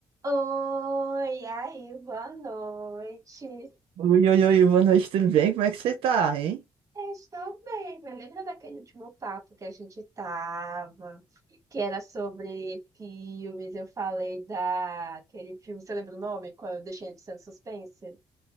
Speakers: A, on the right; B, on the right.
A: Oi, aí, boa noite.
B: Oi, oi, oi, boa noite, tudo bem? Como é que você tá, hein?
A: Eu estou bem, mas lembra daquele último papo que a gente tava, que era sobre filmes? Eu falei daquele filme, você lembra o nome? Qual eu deixei de ser suspense?